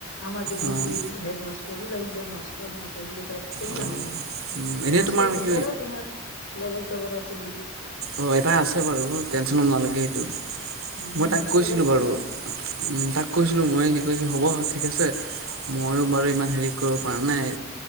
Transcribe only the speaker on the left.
আমাক কিজন
তো হেডমাষ্ট ভয়ো লাগিব মাষ্টৰ নাথাকিলে তাত কেনেকা
হ'ব।
মাষ্টৰ
বিচাৰা।
তোমাৰ লগৰ চবৰ আছে নেকি?
উম
মাষ্টৰক
কবা